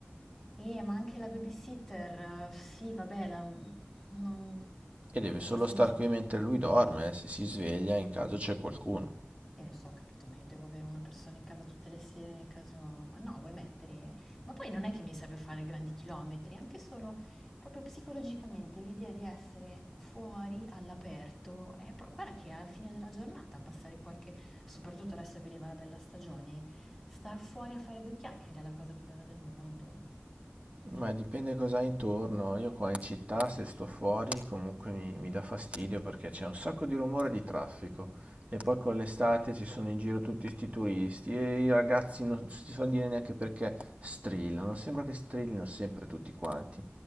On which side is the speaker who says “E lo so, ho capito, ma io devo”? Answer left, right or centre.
Centre